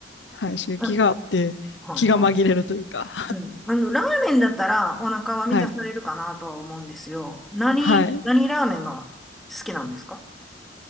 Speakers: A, on the left; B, in the centre.
A: はい。刺激があって、
B: うん。はい、
A: 気が紛れるというか。
B: はい。うん。あの、ラーメンだったらお腹は満たされるかなとは思うんですよ。
A: はい。
B: 何、
A: はい。
B: 何ラーメンが好きなんですか